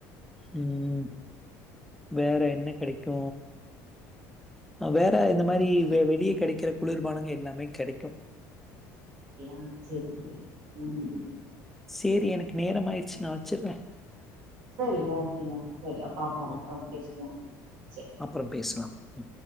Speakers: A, in the centre; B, on the right (about 80°).
A: ம் வேற என்ன கெடைக்கு அ வேற இந்த மாரி வெ வெளிய கெடைக்கிற குளிர்பானங்க எல்லாமே கெடைக்கு
B: அப்டியா செரி செரி ம்
A: சேரி எனக்கு நேரம் ஆயிடுச்சு நா வெச்சிர்ற
B: சரி ஓகேங்க சரி பாப்போ
A: ம்,
B: அப்றொம் பேசுவோ செ
A: அப்புறம் பேசலாம். ம்